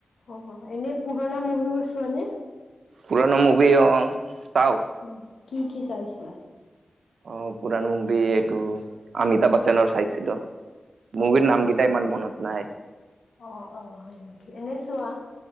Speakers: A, on the left (about 80°); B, on the right (about 80°).
A: অ', এনেই পুৰণা মুভিবোৰ চোৱা নে?
B: পুৰণা মুভি অ', চাওঁ।
A: অ কি, কি চাইছিলা?
B: অ', পুৰণা মুভি, এইটো অমিতা বচ্চনৰ চাইছিলো। মুভিৰ
A: অমিতাভ
B: নামকেইটা
A: বচ্চন
B: ইমান মনত নাই?
A: অ', অ', হয় নেকি, এনেই চোৱা?